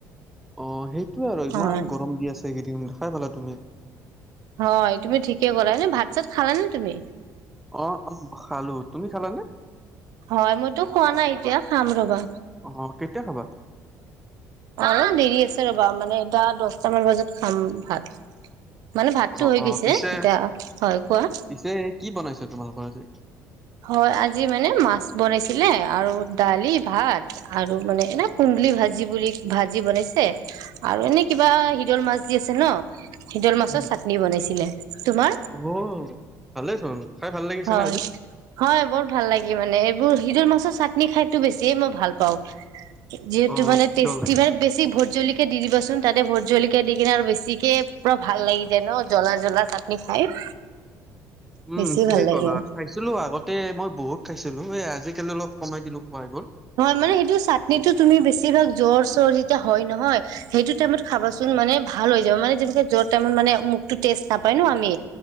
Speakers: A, in the centre; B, on the right (about 70°).
A: অ, সেইটোৱে আৰু ইমান
B: হয়
A: গৰম দি আছে এইকেইদিন দেখাই পালা তুমি।
B: হয় তুমি ঠিকে ক'লা। এনেই ভাত চাত খালানে তুমি?
A: অ 'অ, খালো। তুমি খালানে?
B: হয়, মইতো খোৱা নাই এতিয়া খাম ৰবা।
A: অ কেতিয়া খাবা?
B: না দেৰি আছে ৰবা। মানে টা, দশটামান বজাত খাম ভাত। মানে ভাতটো
A: অ
B: হৈ
A: অ
B: গৈছে
A: পিছে
B: এতিয়া। হয় কোৱা?
A: পিছে কি <unintelligible>
B: হয় আজি মানে মাছ বনাইছিলে আৰু দালি ভাত আৰু মানে এনে কু ন্দুলি ভাজি বুলি, ভাজি বনাইছে আৰু এনেই কিবা শিদল মাছ যি আছে ন'? শিদল মাছৰ
A: উম,
B: চাটনি বনাইছিলে। তোমাৰ?
A: অ ভালেই চোন খাই ভাল লাগিছে
B: হয়,
A: নে আজি?
B: হয়, বৰ ভাল লাগে মানে এ- ইবোৰ শিদল মাছৰ চাটনি খাইতো বেছিয়ে মই ভাল পাওঁ। যিহেতু
A: অ
B: মানে
A: কি
B: টেষ্টি
A: দল
B: মানে বেছি ভূতজলকীয়া দি দিবাচোন তাতে ভূ- জলকীয়া দি কিনে আৰু বেছিকে পুৰা ভাল লাগি যায় ন' জ্বলা জ্বলা চাটনি খাই।
A: উম
B: বেছি
A: ঠিকেই
B: ভাল লাগে
A: কলা
B: হয়
A: খাইছিলো আগতে মই বহুত খাইছিলো এ আজিকালি অলপ কমাই দিলো খোৱ এইবোৰ
B: হয় মানে সেইটো চাটনিতটো তুমি বেছিভাগ জ্বৰ চৰ যেতিয়া হয় নহয় সেইটো টাইমত খাবাচোন মানে ভাল হৈ যাব মানে যেে য টাইমত মানে মখতো টেষ্ট নাপায় ন আমি